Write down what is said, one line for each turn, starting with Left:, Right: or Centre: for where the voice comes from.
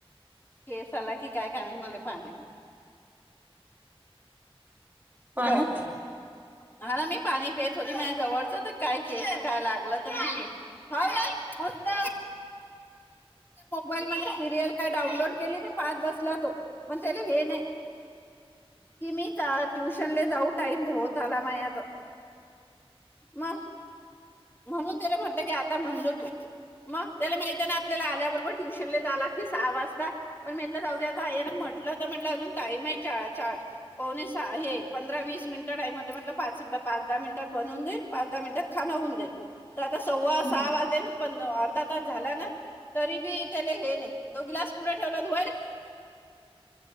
Left: केस आला की काय काणे मले पाणी
Right: पाणी
Left: दर हा ना मी पाणी पिते होते माझ जवळचं तर काय केस काय लागलं तर मी हो ना मस्त मोबाईल मध्ये सिरियल काय डाउनलोड केली ते पाहत बसला तो पण तेला हे नाही कि मी ट्युशन जाऊ टाइम होत आला मात मग म्हणून त्याला म्हटलं की आता म्हणजो तू मग त्याला माहिती आहे ना आपल्याला आल्याबरोबर ट्युशन ला जाला ते सहा वाजता पण म्हटलं जाऊद आताना म्हटलं तर म्हटलं अजून टाइम आहे च पवणी हे पंधरा वीस मिनिटं टाईम होते म्हट पाच पाच दहा मिनिटात बनवून देईल पाच दहा मिनिटात खा होऊन जाईल तर आता सव्वा
Right: हम्म.
Left: सहा वाजे पण अर्धा तास झाला ना तरी बी त्याला हे नाही तो ग्लास पुढे ठेवला धु
Right: <inaudible>